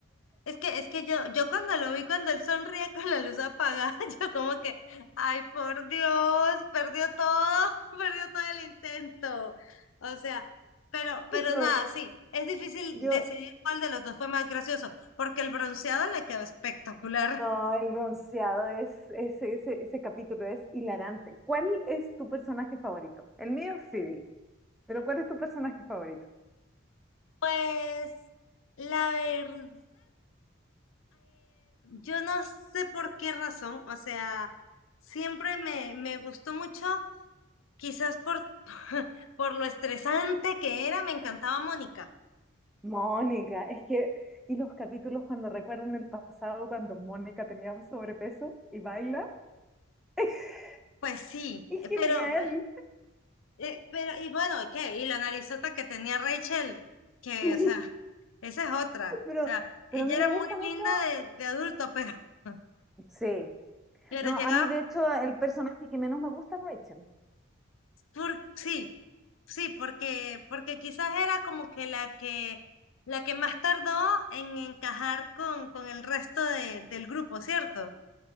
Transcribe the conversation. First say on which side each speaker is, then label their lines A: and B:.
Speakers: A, on the left (about 80°); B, in the centre.
A: Es que, es que yo, yo cuando lo vi, cuando él sonríe con la luz apagada, <laughs> yo como que, ay, por Dios, perdió todo, <laughs> perdió todo el intento. O sea, pero, pero
B: No,
A: nada, sí, es difícil
B: yo
A: decidir cuál de los dos fue más gracioso, porque el bronceado le quedó espectacular.
B: No, el bronceado es, es- ese, ese capítulo es hilarante. ¿Cuál es tu personaje favorito? El mío es Phoebe, pero ¿cuál es tu personaje favorito?
A: Pues, la verdad, yo no sé por qué razón, o sea, siempre me, me gustó mucho. Quizás por, <laughs> por lo estresante que era, me encantaba Mónica.
B: Mónica, es que, y los capítulos cuando recuerdan el pasado, cuando Mónica tenía sobrepeso y baila, <laughs>
A: Pues sí,
B: es
A: eh,
B: genial.
A: pero, pe- eh, pero, y bueno, ¿qué? Y la narizota que tenía Rachel, que,
B: Sí,
A: o sea, esa es otra.
B: Pero,
A: O sea,
B: pero
A: ella
B: a mí me
A: era
B: gusta
A: muy
B: mucho.
A: linda de, de adulto, pero, <laughs>
B: Sí,
A: pero
B: no,
A: llegaba
B: a mí de hecho el personaje que menos me gusta es Rachel.
A: por, sí, sí, porque, porque quizás era como que la que, la que más tardó en encajar con, con el resto de- del grupo, ¿cierto?